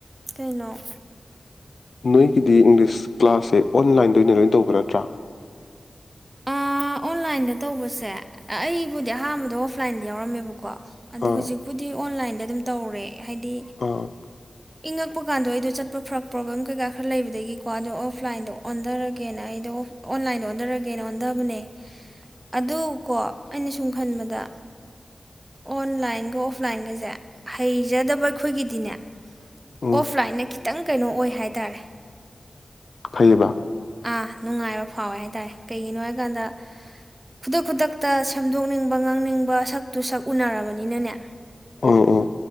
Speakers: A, on the right; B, on the left.
A: ꯀꯩꯅꯣ
B: ꯅꯣꯏ ꯗꯤ ꯏꯪꯂꯤꯁ ꯀ꯭ꯂꯥꯁꯁꯦ ꯑꯣꯟꯂꯥꯏꯟꯗ ꯑꯣꯏꯅ ꯂꯣꯏ ꯇꯧꯕ ꯅꯠꯇ꯭ꯔꯥ
A: ꯑꯥ ꯑꯣꯟꯂꯥꯏꯟꯗ ꯇꯧꯕꯁꯦ ꯑꯩꯕꯨꯗꯤ ꯑꯍꯥꯟꯕꯗ ꯑꯣꯐꯂꯥꯏꯟꯗ ꯌꯥꯎꯔꯝꯃꯦꯕꯀꯣ ꯀꯣ ꯑꯗꯣ
B: ꯑꯥ
A: ꯍꯧꯖꯤꯛꯄꯨꯗꯤ ꯑꯣꯟꯂꯥꯏꯟꯗ ꯑꯗꯨꯝ ꯇꯧꯔꯦ ꯍꯥꯏꯗꯤ
B: ꯑꯥ
A: ꯏꯉꯛ ꯄ ꯀꯥꯟꯗꯥ ꯑꯩꯗꯣ ꯆꯠꯄ ꯐꯔ ꯄ꯭ꯔꯣꯕ꯭ꯂꯦꯝ ꯀꯩꯀꯥ ꯈꯔ ꯂꯩꯕ ꯑꯗꯒꯤꯀꯣ ꯑꯗꯣ ꯑꯣꯐꯂꯥꯏꯟꯗꯣ ꯑꯣꯟꯊꯔꯒꯦꯅ ꯑꯩꯗꯣ ꯑꯣꯟꯂꯥꯏꯟꯗ ꯑꯣꯟꯊꯔꯒꯦꯅ ꯑꯣꯟꯊꯕꯅꯦ ꯑꯗꯨꯀꯣ ꯑꯩꯅ ꯁꯨꯝ ꯈꯟꯕꯗ ꯑꯣꯟꯂꯥꯏꯟꯒ ꯑꯣꯐꯂꯥꯏꯟꯒꯁꯦ ꯍꯩꯖꯗꯕ ꯑꯩꯈꯣꯏꯒꯤꯗꯤꯅꯦ
B: ꯎꯝ
A: ꯑꯣꯐꯂꯥꯏꯟꯗ ꯈꯤꯇꯪ ꯀꯩꯅꯣ ꯑꯣꯏ ꯍꯥꯏꯇꯥꯔꯦ
B: ꯐꯩꯌꯦꯕ
A: ꯑꯥ ꯅꯨꯡꯉꯥꯏꯔ ꯐꯥꯎꯦ ꯇ ꯀꯩꯒꯤꯅꯣ ꯍꯥꯏꯀꯥꯟꯗ ꯈꯨꯗꯛ ꯈꯨꯗꯛꯇ ꯁꯦꯝꯗꯣꯛꯅꯤꯡꯕ ꯉꯥꯡꯅꯤꯡꯕ ꯁꯛꯇꯨ ꯁꯛ ꯎꯅꯔꯕꯅꯤꯅꯅꯦ
B: ꯎꯝ ꯎꯝ